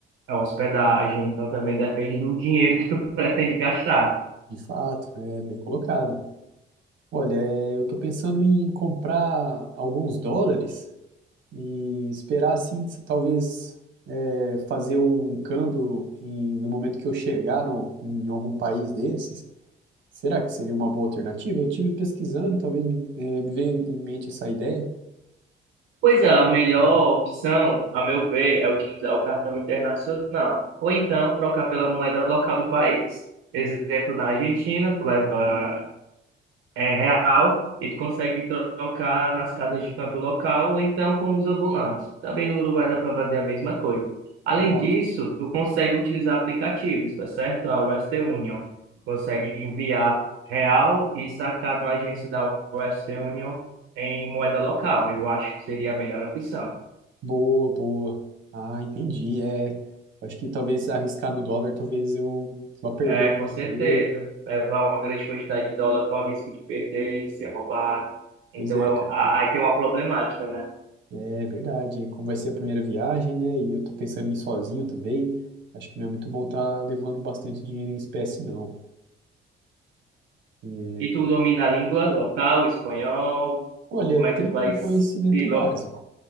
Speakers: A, on the right; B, on the right.
A: a hospedagem, então também depende do dinheiro que tu <laughs> pretende gastar.
B: De fato, é bem colocado. Olha, é, eu tô pensando em comprar alguns dólares e esperar assim, se- talvez é, fazer um câmbio em- no momento que eu chegar no- em algum país desses. Será que seria uma boa alternativa? Eu tive pesquisando, talvez me, é, me veio em mente essa ideia.
A: Pois é, a melhor opção, a meu ver, é utilizar o cartão internacional, ou então trocar pela moeda local do país. Exemplo, na Argentina, tu leva é real e tu consegue trocar nas casas de câmbio local ou então com os ambulantes. Também no Uruguai dá para fazer a mesma coisa. Além
B: Ah,
A: disso,
B: ótimo.
A: tu consegue utilizar aplicativos, tá certo? A Western Union. Tu consegue enviar real e sacar numa agência da Western Union em moeda local. Eu acho que seria a melhor opção.
B: Boa, boa. Ah, entendi. É, acho que talvez arriscar no dólar, talvez eu vá perder
A: É,
B: algum
A: com certeza.
B: dinheiro.
A: Levar uma grande quantidade de dólar com o risco de perder, ser roubado. Então,
B: Pois é,
A: é, um-
B: cara.
A: a- aí tem uma problemática, né?
B: É verdade, como vai ser a primeira viagem, né? E eu tô pensando em ir sozinho também. Acho que não é muito bom estar tá levando bastante dinheiro em espécie, não. É,
A: E tu domina a língua local, espanhol?
B: Olha,
A: Ou como
B: eu
A: é
B: tenho
A: que tu vai
B: um conhecimento
A: se...
B: básico.
A: Lo...